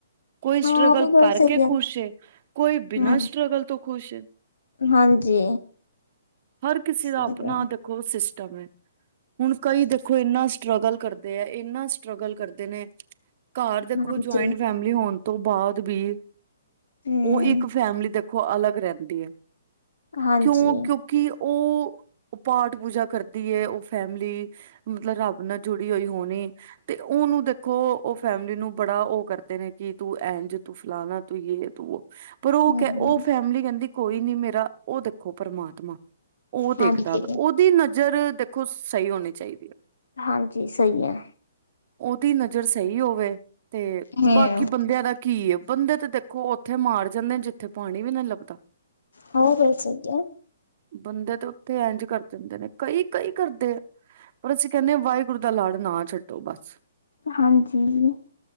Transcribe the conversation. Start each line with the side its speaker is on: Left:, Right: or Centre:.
Right: ਕੋਈ ਸਟ੍ਰਗਲ
Left: ਹਾਂ ਉਹ ਵੀ ਗੱਲ
Right: ਕਰਕੇ
Left: ਸਹੀ ਹੈ
Right: ਖੁਸ਼ ਏ, ਕੋਈ ਬਿਨਾਂ
Left: ਹਮ
Right: ਸਟ੍ਰਗਲ ਤੋਂ ਖ਼ੁਸ਼ ਏ।
Left: ਹਾਂਜੀ
Right: ਹਰ ਕਿਸੇ
Left: ਸਹੀ
Right: ਦਾ ਆਪਨਾ
Left: ਹੈ
Right: ਦੇਖੋ ਸਿਸਟਮ ਏ। ਹੁਨ ਕਈ ਦੇਖੋ ਇੰਨਾ ਸਟ੍ਰਗਲ ਕਰਦੇ ਏ, ਇੰਨਾ ਸਟਰਗਲ ਕਰਦੇ ਨੇ। ਘਰ ਦੇਖੋ
Left: ਹਾਂਜੀ
Right: ਜੁਆਇੰਟ ਫੈਮਿਲੀ ਹੋਨ ਤੋਂ ਬਾਅਦ ਵੀ
Left: ਹਮ
Right: ਉਹ ਇੱਕ ਫੈਮਿਲੀ ਦੇਖ ਖੋ ਅਲੱਗ ਰਹਿੰਦੀ ਐ,
Left: ਹਾਂਜੀ
Right: ਕਿਉਂ, ਕਿਉਂ ਕਿ ਓ ਪਾਠ ਪੂਜਾ ਕਰਦੀ ਏ ਓ ਫੈਮਿਲੀ ਮਤਲਬ ਰੱਬ ਨਾਲ ਜੁੜ ਬੀ ਓਈ ਹੋਣੀ ਤੇ ਉਨੂੰ ਦੇਖੋ ਓ ਫੈਮਿਲੀ ਨੂੰ ਬੜਾ ਓ ਕਰਦੇ ਨੇ ਕਿ ਤੂੰ ਐਨਜ ਤੂੰ ਫਲਾਨਾ ਤੂੰ ਯੇ ਪਰ ਓ
Left: ਹਮ
Right: ਕੈ ਓ
Left: ਹਮ
Right: ਫੈਮਿਲੀ ਕੈਂਦੀ ਕੋਈ ਨੀ ਮੇਰਾ ਓ ਦੇਖੋ ਪਰਮਾਤਮਾ ਓ
Left: ਹਾਂਜੀ
Right: ਦੇਖਦਾ ਵਾ ਉਦੀ ਨਜ਼ਰ ਦੇਖੋ ੲਈ ਹੋਣੀ ਚਾਈਦੀ ਐ।
Left: ਹਾਂਜੀ ਸਈ ਐ।
Right: ਓਦੀ ਨਜ਼ਰ ਸਈ ਹੋਵੇ ਤੇ
Left: ਹਮ
Right: ਬਾਕੀ ਬੰਦਿਆਂ ਦਾ ਕੀ ਏ, ਬੰਦੇ ਤੇ ਦੇਖੋ ਓੱਥੇ ਮਾਰ ਜਾਂਦੇ ਜਿੱਥੇ ਪਾਣੀ ਵੀ ਨਈ ਲੱਬਦਾ।
Left: ਹੋਰ ਸੀ <unintelligible>
Right: ਬੰਦੇ ਤੇ ਓਥੇ ਇਂਝ ਕਰ ਦੇਂਦੇ ਨੇ ਕਈ, ਕਈ ਕਰਦੇ ਆ ਪਰ ਅਸੀਂ ਕੈਨੇ ਆ ਕਿ ਵਾਈ ਗੁਰ ਦਾ ਲੜ ਨਾ ਛੱਡੋ ਬਸ।
Left: ਹਾਂਜੀ।